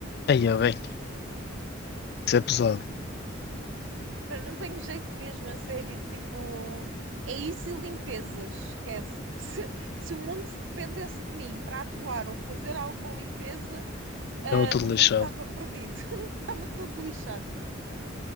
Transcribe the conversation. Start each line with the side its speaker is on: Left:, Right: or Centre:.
Left: Aí é bem, isso é pesado.
Right: Pá, Não tenho jeito mesmo, a sério, tipo, é isso e limpezas, esquece. <laughs> Se, se o mundo dependesse de mim para atuar ou fazer alguma limpeza, ah,
Left: Eu tudo
Right: o mundo
Left: lixado.
Right: estava perdido, <laughs> estava todo lixado.